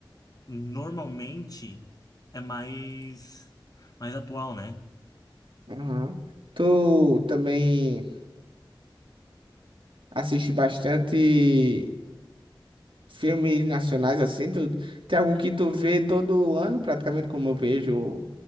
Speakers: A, on the left; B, on the right.
A: normalmente é mais mais atual, né?
B: Aham. Tu também assiste bastante filmes nacionais assim? Tu, tem algum que tu vê todo ano, praticamente, como eu vejo